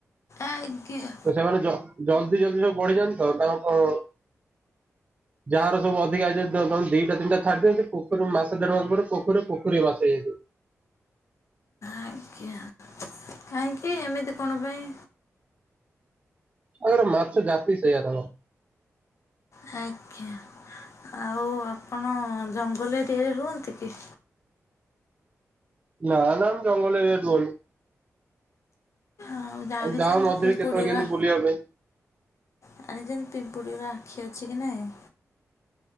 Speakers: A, on the left; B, on the right.
A: ଆଜ୍ଞା।
B: ତ ସେମାନେ ଜ-ଜଲଦି ଜଲଦି ସବୁ ବଢିଯାନ୍ତି ତ, ତାଙ୍କ ପ ଯାହାର ସବୁ ଅଧିକା ଅଛି ଦ-କଣ ଦିଟା ତିନିଟା ଛାଡିଦିଅ, ସେ ପୋଖରୀ ମାସେ ଦେଢ଼ ମାସ ପରେ ପୋଖରୀ ରେ ପୋଖରୀଏ ମାଛ ହେଇଯାଇଥିବ।
A: ଆଜ୍ଞା। କାହିଁକି? ଏମିତି କଣ ପାଇଁ?
B: ତାଙ୍କର ମାଛ ଜାତି ସେଇଆ ତାଙ୍କ।
A: ଆଚ୍ଛା। ଆଉ ଆପଣ ହଁ ଜଙ୍ଗଲ ଏରିଆରେ ରୁହନ୍ତି କି?
B: ନା ନା ମୁଁ ଜଙ୍ଗଲ ଏରିଆରେ ରୁହେନି।
A: ଆଉ ଜାଣିଛନ୍ତି
B: ଯାଉ ମଝିରେ
A: ପିମ୍ପୁଡ଼ିର
B: କେତେବେଳେ <unintelligible> ପାଇଁ।
A: ଜାଣିଚନ୍ତି ପିମ୍ପୁଡ଼ିର ଆଖି ଅଛି କି ନାଇଁ?